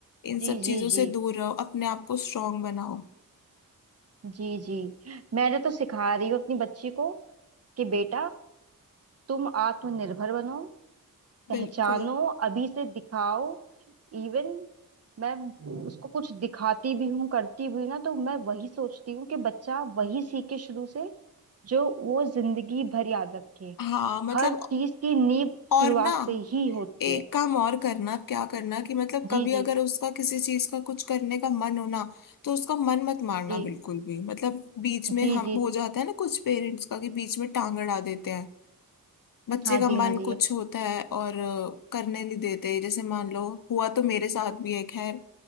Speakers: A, on the left (about 70°); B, on the right (about 45°).
A: इन
B: जी
A: सब चीजों
B: जी जी
A: से दूर रहो अपने आप को स्ट्रांग बनाओ
B: जी जी मैंने तो सिखा रही हूँ अपनी बच्ची को कि बेटा तुम आत्मनिर्भर बनो पहचानो
A: बिल्कुल
B: अभी से दिखाओ इवन मैं उसको कुछ दिखाती भी हूँ करती भी हूँ ना तो मैं वही सोचती हूँ कि बच्चा वही सीखे शुरू से जो वो जिंदगी भर याद रखे
A: हाँ मतलब
B: हर चीज की नींव
A: और
B: शुरुआत
A: ना
B: से ही होती
A: एक
B: है
A: काम और करना क्या करना कि मतलब
B: जी
A: कभी अगर
B: जी
A: उसका किसी चीज का कुछ करने का मन हो ना तो उसका मन मत मारना
B: जी
A: बिल्कुल भी मतलब बीच में
B: जी
A: हम
B: जी
A: हो
B: जी
A: जाता है ना कुछ पेरेंट्स का कि बीच में टांग अड़ा देते हैं बच्चे
B: हाँ
A: का
B: जी
A: मन
B: हाँ जी
A: कुछ
B: हाँ जी
A: होता है और अ, करने नहीं देते जैसे मान लो हुआ तो मेरे साथ भी है खैर